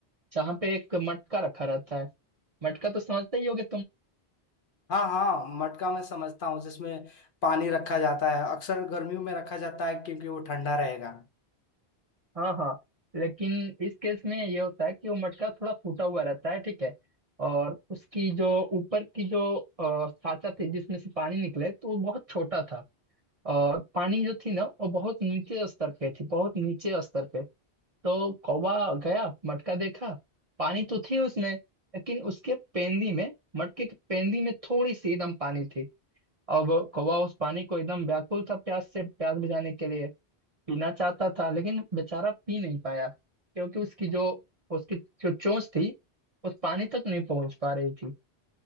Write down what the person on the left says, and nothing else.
हाँ हाँ मटका मैं समझता हूँ जिसमें पानी रखा जाता है अक्सर गर्मियों में रखा जाता है क्योंकि वो ठंडा रहेगा